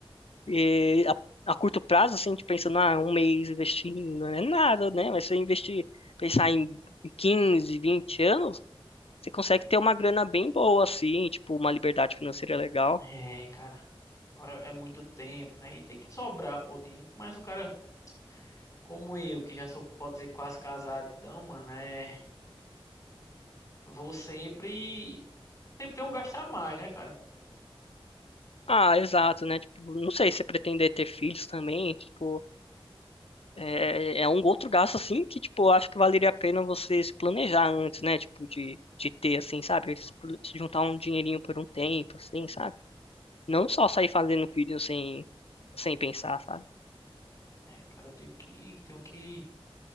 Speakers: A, on the left; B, on the left.
A: E a, a curto prazo, assim, de pensando, ah, um mês investindo, não é nada, né? Mas se você investir, pensar em 15, 20 anos, Você consegue ter uma grana bem boa, assim, tipo, uma liberdade financeira legal.
B: É, cara. Agora é muito tempo, né? E tem que sobrar, pô, dinheiro. Mas o cara, como eu, que já sou, pode dizer, quase casado, então, mano, é. Vou sempre. Sempre ter um gastar mais, né, cara?
A: Ah, exato, né? Tipo, não sei se você pretender ter filhos também, tipo, é, é um outro gasto, assim, que, tipo, eu acho que valeria a pena você se planejar antes, né? Tipo, de, de ter, assim, sabe? Se se juntar um dinheirinho por um tempo, assim, sabe? Não só sair fazendo filhos sem, sem pensar, sabe?
B: É, cara, eu tenho que, tenho que